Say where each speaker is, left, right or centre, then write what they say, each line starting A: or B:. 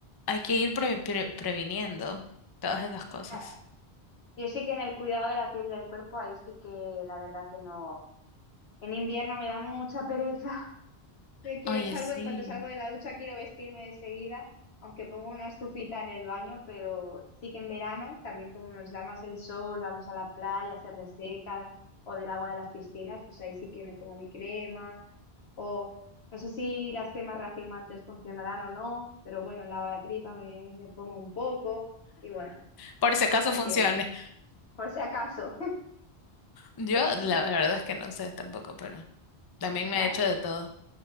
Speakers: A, on the left; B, on the left.
A: hay que ir pre- pre- previniendo todas esas cosas.
B: Ah, Yo sí que en el cuidado de la piel y del cuerpo, ahí sí que la verdad que no. En invierno me da mucha pereza. Me quiero
A: Oye,
B: salgo,
A: sí.
B: en cuanto salgo de la ducha quiero vestirme de seguida, aunque pongo una estufita en el baño, pero sí que en verano, también como nos da más el sol, vamos a la playa, se reseca, o del agua de las piscinas, pues ahí sí que me pongo mi crema, o no sé si las cremas reafirmantes funcionarán o no, pero bueno, lavatripa me, me pongo un poco, y bueno,
A: Por si
B: vamos
A: acaso
B: haciendo,
A: funcione.
B: por si acaso. <laughs>
A: Yo
B: Pues
A: la verdad es que no sé tampoco, pero también me
B: bueno,
A: he hecho de todo.